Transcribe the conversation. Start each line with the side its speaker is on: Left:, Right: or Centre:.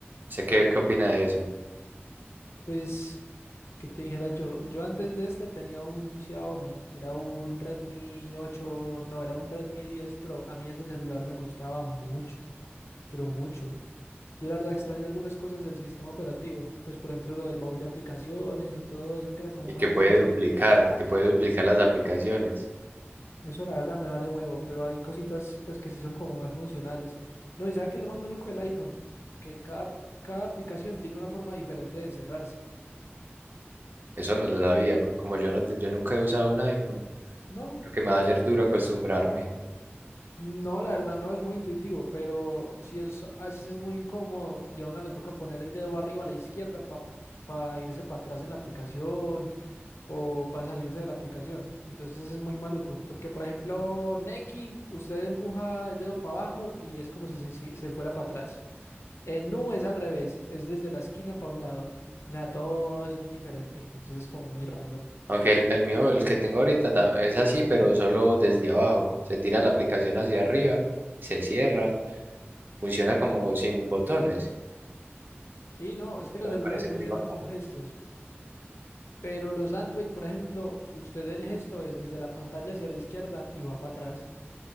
Right: ¿Sé qué, qué opina de eso?
Left: Pues, ¿qué te dijera yo? Yo antes de este tenía un Xiaomi, era un Redmi ocho. no, era un Redmi diez Pro. A mí ese celular me gustaba mucho, pero mucho. Yo la verdad extraño algunas cosas del sistema operativo, pues por ejemplo lo del baúl de aplicaciones y todo eso que era como
Right: Y
Left: más
Right: que puede
Left: accesible.
Right: duplicar, que puede duplicar las aplicaciones.
Left: Eso la verdad me vale huevo, pero hay cositas pues que sí son como más funcionales. No, ¿y sabe qué es lo más maluco del iPhone? Que cada, cada aplicación tiene una forma diferente de cerrarse.
Right: Eso no lo sabía, porque como yo no te- yo nunca he usado un iPhone,
Left: No,
Right: Creo que me va a ser duro acostumbrarme.
Left: no, la verdad no es muy intuitivo, pero sí es, a veces es muy incómodo y a uno le toca poner el dedo arriba a la izquierda para irse para atrás en la aplicación o para salirse de la aplicación. Entonces es muy maluco, porque por ejemplo, Nequi, usted empuja el dedo para abajo y es como si se se- se fuera para atrás. Eh, no, es al revés, es desde la esquina para un lado. O sea, todo eso es diferente, entonces es como muy random.
Right: Aunque el, el mío, el que tengo ahorita, ta- es así, pero solo desde abajo. Se tira la aplicación hacia arriba, se cierra, funciona como sin botones.
Left: Sí, no, es que los
Right: Eso me
Left: celulares
Right: parece muy
Left: funcionan
Right: bacano.
Left: con gestos, pero los Android, por ejemplo, usted el gesto es desde la pantalla hacia la izquierda y va para atrás.